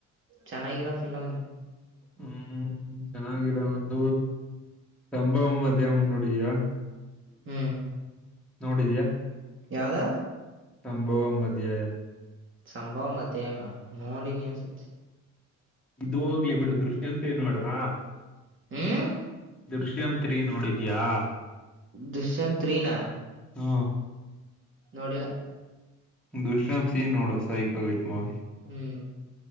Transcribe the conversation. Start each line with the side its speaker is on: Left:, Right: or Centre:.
Right: ಚನ್ನೈಗರಫಲಾಮ
Centre: ಹ್ಮ್ ಚೆನ್ನಾಗಿರ್ದ ಸಂಭವ ಅದವು ನೋಡಿದಿಯಾ
Right: ಹ್ಮ್
Centre: ನೋಡಿದ್ಯಾಾ
Right: ಯಾವ್ದ
Centre: ಸಂಭವ ಮಧ್ಯಾಯ
Right: ಸಂಭವ ಮಧ್ಯಾಯ ನೋಡಿ ನೀಿ ಅನ್ಸತ್
Centre: ಇ ಹೋಗ್ಲಿ ಬಿಡು ದೃಶ್ಯಂತೇಳ ನೋಡುವ
Right: ಹ್ಮ್
Centre: ದೃಶ್ಯಂತ್ರಿ ನೋಡಿದ್ಯಾಾ
Right: ದುಶ್ಯಂತ್ೀಿನ
Centre: ಹಾ
Right: ನೋಡಿಲ
Centre: ದುಶ್ರಂತ್ ಸೀ ನೋಡು ಸೈಕ್ ಆಗೈತ್ ಮವಿ
Right: ಹ್ಮ್